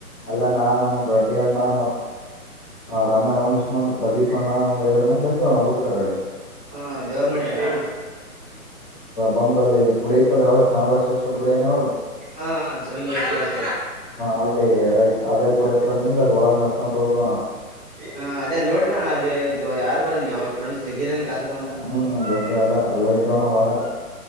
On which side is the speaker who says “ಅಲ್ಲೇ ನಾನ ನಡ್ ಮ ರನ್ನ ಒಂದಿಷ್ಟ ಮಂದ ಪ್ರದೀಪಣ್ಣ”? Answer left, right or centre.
Left